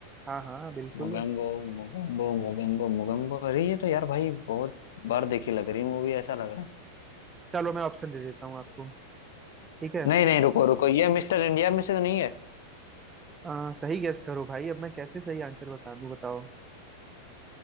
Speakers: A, on the right; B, on the left.
A: हाँ हाँ बिल्कुल
B: मोगेम्बो मोगेम्बो मोगेम्बो मोगेम्बो अरे ये तो यार भाई बहुत बार देखी लग रही मूवी ऐसा लग रहा है
A: चलो मैं ऑप्शन दे देता हूँ आपको ठीक है
B: नहीं नहीं रुको रुको ये मिस्टर इंडिया में से तो नहीं है
A: अ, सही गेस करो भाई अब मैं कैसे सही आंसर बता दूं बताओ